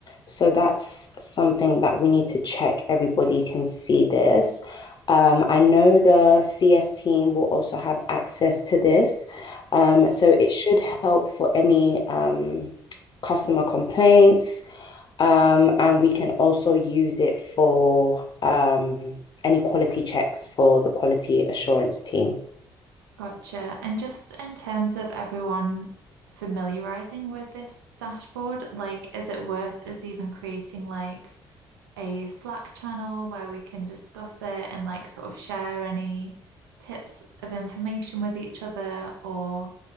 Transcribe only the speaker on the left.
So that's something that we need to check. Everybody can see this. Um, I know the CS team will also have access to this. Um,
so it should help for any um, customer complaints. Um, and we can also use it for um, any quality checks for the quality assurance team.